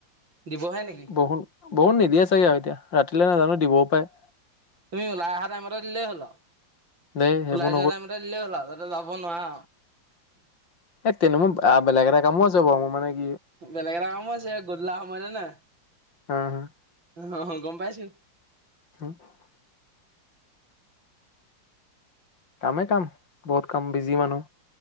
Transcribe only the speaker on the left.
<unintelligible> বৰষূণ নিদিয়ে চাগে আৰু এতিয়া ৰাতিলে নাজানো দিবও পাৰে।
দেই সেইবোৰ
এ' তেনে মোৰ আ বেলেগ এটা কামো যাব মোৰ মানে কি
উম হুম।
<unintelligible> কামেই কাম, বহুত কাম বিজি মানুহ।